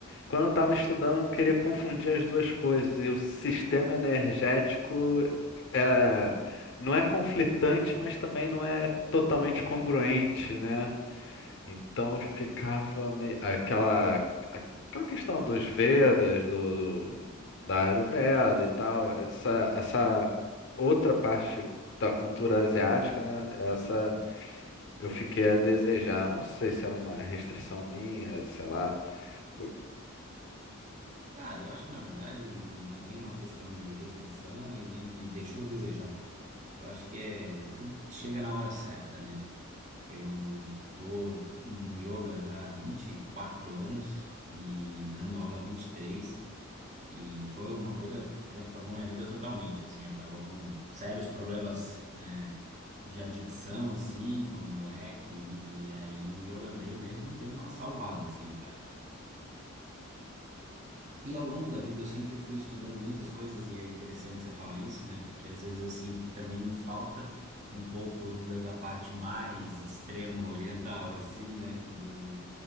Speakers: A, on the left; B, on the right.
A: Quando eu estava estudando, eu queria confundir as duas coisas. E o sistema
B: uhum,
A: energético é, não é conflitante, mas também não é totalmente congruente, né? Então eu ficava meio... aquela aquela questão dos Vedas, do, do- da Ayurveda e tal, essa essa outra parte da cultura asiática, né? Essa
B: uhum.
A: eu fiquei a desejar. Não sei se era uma restrição minha, sei lá. O-
B: Cara, eu acho que na verdade não é nenhuma questão de restrição e nem de deixou a desejar. Eu acho que é tudo chega na hora certa, né? Eu tô no yoga já há 24 anos e dando aula há 23 e três e foi uma coisa que transformou minha vida totalmente, assim, eu tava com sérios problemas é, de adicção, assim, quando moleque, e, e aí o yoga veio mesmo, deu uma salvada, assim, cara. E ao longo da vida eu sempre fui estudando muitas coisas, e é interessante você falar isso, né? Porque às vezes eu sinto que também me falta um pouco da, da parte mais extrema <laughs> oriental, assim, né? Do,